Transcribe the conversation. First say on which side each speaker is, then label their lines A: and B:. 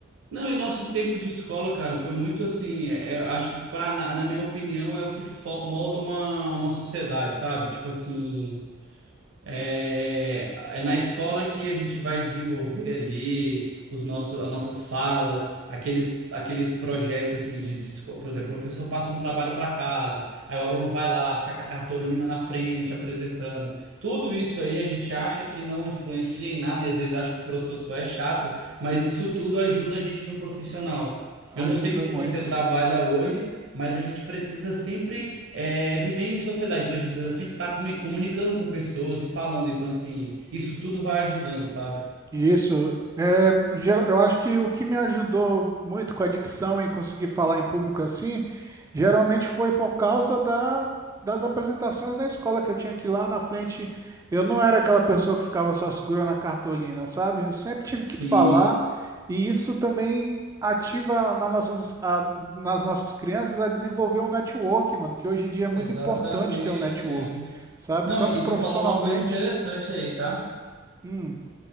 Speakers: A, on the right; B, on the right.
A: não, e nosso tempo de escola, cara, foi muito assim. é- é, acho que, pra, na, na minha opinião, é o que fo- molda uma, uma sociedade, sabe? Tipo assim. É, é na escola que a gente vai desenvolver ali os nossos, as nossas falas, aqueles, aqueles projetos assim de, de esco- por exemplo, o professor passa um trabalho para casa, aí o aluno vai lá, fica com a cartolina na frente apresentando. Tudo isso aí a gente acha que não influencia em nada e às vezes acha que o professor só é chato, mas isso tudo ajuda a gente no profissional.
B: Ajuda
A: Eu não sei com o que
B: muito.
A: você trabalha hoje, mas a gente precisa sempre é, viver em sociedade. Então a gente precisa sempre estar comu- comunicando com pessoas e falando. Então, assim, isso tudo vai ajudando, sabe?
B: Isso. É, geral- eu acho que o que me ajudou muito com a dicção e conseguir falar em público assim, geralmente foi por causa da, das apresentações da escola, que eu tinha que ir lá na frente. Eu não era aquela pessoa que ficava só segurando a cartolina, sabe? Eu sempre tive que
A: Sim,
B: falar, e isso também ativa na nossas, a- nas nossas crianças a desenvolver um network, mano, que hoje em dia é muito
A: exatamente.
B: importante ter um network,
A: é.
B: sabe?
A: Não,
B: Tanto
A: e
B: profissionalmente.
A: tu falou uma coisa interessante aí, tá?
B: Hum,